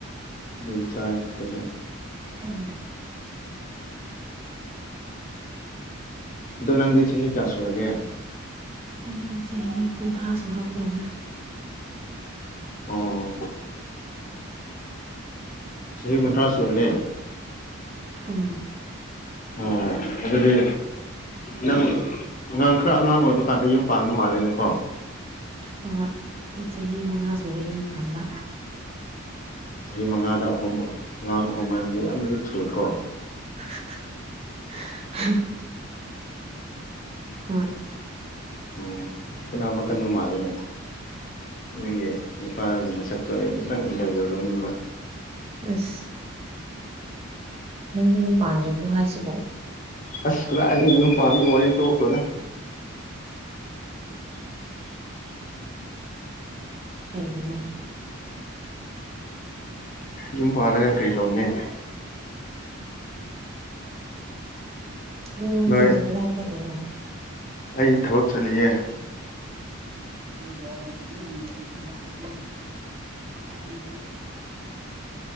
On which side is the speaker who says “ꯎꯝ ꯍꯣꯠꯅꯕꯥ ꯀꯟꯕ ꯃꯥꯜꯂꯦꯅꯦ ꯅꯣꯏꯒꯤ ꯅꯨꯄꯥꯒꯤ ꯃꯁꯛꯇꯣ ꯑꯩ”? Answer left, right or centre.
Left